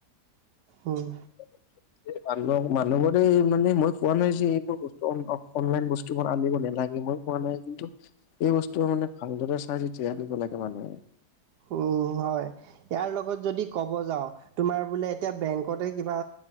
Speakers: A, on the right (about 80°); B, on the left (about 60°).
A: উম,
B: <inaudible> <unintelligible> মানুহবুৰে মানে, মই কোৱা নাই যে এইবোৰ বস্তু <unintelligible> অনলাইন বস্তু বোৰ আনিব নেলাগে, মই কোৱা নাই কিন্তু এই বস্তু মানে, ভালদৰে চাই চেতিহে আনিব লাগে মানুহে।
A: উ, হয়। ইয়াৰ লগত যদি ক'ব যাওঁ, তোমাৰ বোলে এতিয়া বেংকতে কিবা